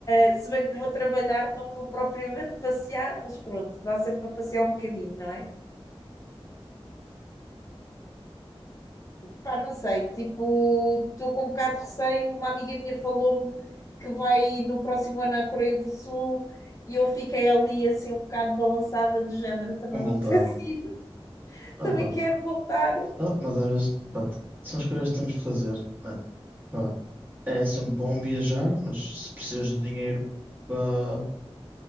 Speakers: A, on the left; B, on the right.
A: Uh, se bem que vou trabalhar, não vou propriamente <laughs> passear, mas pronto, dá sempre para passear um bocadinho, não é? Pá, não sei, tipo, estou com um bocado de receio. Uma amiga minha falou-me que vai no próximo ano à Coreia do Sul e eu fiquei ali assim um bocado balançada de género, também
B: com
A: me
B: vontade.
A: <laughs> apetece ir,
B: Ah,
A: também
B: pá.
A: quero voltar.
B: Ah, mas às vezes, pá, t- são escolhas que temos que fazer, né? Pá, é sempre bom viajar, mas se precisas de dinheiro para